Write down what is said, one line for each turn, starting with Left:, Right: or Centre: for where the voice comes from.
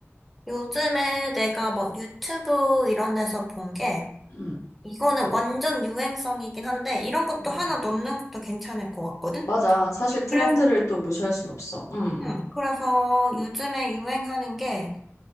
Centre: 요즘에 내가 막 유튜브 이런 데서 본 게,
Left: 응,
Centre: 이거는 완전 유행성이긴 한데, 이런 것도
Left: 음,
Centre: 하나
Left: 음.
Centre: 넣는 것도 괜찮을 것 같거든?
Left: 맞아. 사실 트렌드를
Centre: 그래서,
Left: 또 무시할 순 없어. 응, 응.
Centre: 응, 그래서 요즘에 유행하는 게,